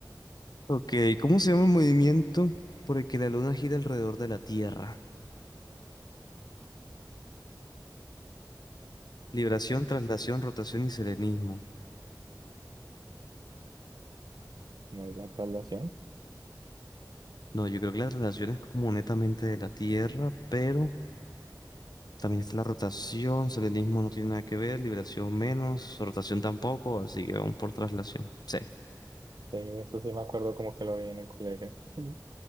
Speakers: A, on the left (about 60°); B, on the right (about 65°).
A: Ok, ¿cómo se llama el movimiento por el que la luna gira alrededor de la Tierra? Libración, traslación, rotación y selenismo.
B: No es la traslación.
A: No, yo creo que la traslación es como netamente de la Tierra, pero también está la rotación, selenismo no tiene nada que ver, liberación menos, rotación tampoco, así que vamos por traslación. Sí.
B: Eh, eso sí me acuerdo como que lo vi en el colegio. <laughs>